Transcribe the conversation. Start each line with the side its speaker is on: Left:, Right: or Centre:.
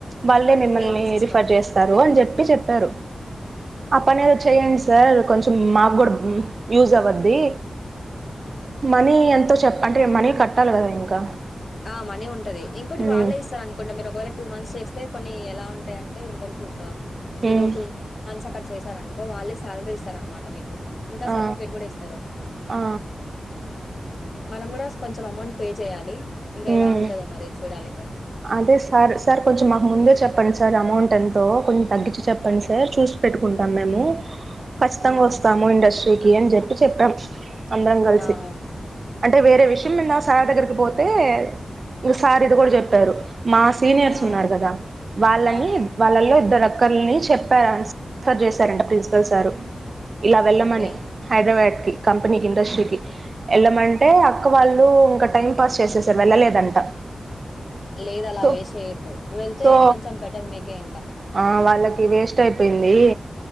Right: వాళ్ళే మిమ్మల్ని
Left: తీసేసుకుంటారు
Right: రిఫర్ చేస్తారు
Left: రిక్-
Right: అని చెప్పి చెప్పారు ఆ పని ఏదో చెయండి సార్ కొంచం మాక్ కూడా యూజెస్ అవద్ది
Left: ఉమ్.
Right: మాని ఎంతో చెప్ అంటే మనీ కట్టాలి కదా ఇంకా
Left: ఆ మనీ ఉంటది ఇంకోటి
Right: మ్మ్
Left: వాళ్ళే ఇస్తారు అనుకోంట మీరు ఒకవేళ టూ మంత్స్ చేస్తే కొన్ని ఎలా ఉంటాయంటే ఇంటర్న్షిప్
Right: మ్మ్
Left: మీరు టూ మాన్స్ అక్కడ చేశారనుకో వాళ్ళే శాలరీ ఇస్తార అనమాట మీకు ఇంకా
Right: ఆ
Left: సర్టిఫికేట్ కూడా ఇస్తారు
Right: ఆ
Left: మనం కూడా కొంచెం అమౌంట్ పే చేయాలి ఇంకా
Right: మ్మ్
Left: ఎలా ఉంటదో మరి చూడాలి ఇక్కడ
Right: అదే సార్ సార్ కొంచెం మాకు ముందే చెప్పండి సార్ అమౌంట్ ఎంతో కొం తగ్గించి చెప్పండి సార్ చూసి పెట్టుకుంటాం మేము ఖచ్చితంగా
Left: హ్మ్.
Right: వస్తాము ఇండస్ట్రీకి అని చెప్పి చెప్పాం అందరం కలిసి
Left: ఆ ఆ
Right: అంటే వేరే వి విషన్ మీద సార్ దగ్గరికి పోతే ఇంక సార్ ఇది కూడా చెప్పారు మా సీనియర్స్
Left: ఆ
Right: ఉన్నారు కదా వాళ్ళని
Left: ఆ! ఆ!
Right: వాళ్ళలో ఇద్దరుక్కలని చెప్పారు రెఫెర్ చేశారంటా ప్రిన్సిపల్ సారు ఇలా వెళ్ళమని
Left: ఓకే
Right: హైదరాబాద్ కి కంపెనీకి ఇండస్ట్రీ వెళ్ళమంటే అక్క వాళ్ళు ఇంకా టైం పాస్ చేసేసారు వెళ్ళలేదంట
Left: లేదు అలా
Right: సో
Left: వేస్ట్ చెయ్యొద్దు వెళ్తే
Right: సో
Left: కొంచెం బెటర్ మీకే ఇంకా
Right: ఆ వాళ్ళకి వేస్ట్ అయిపోయింది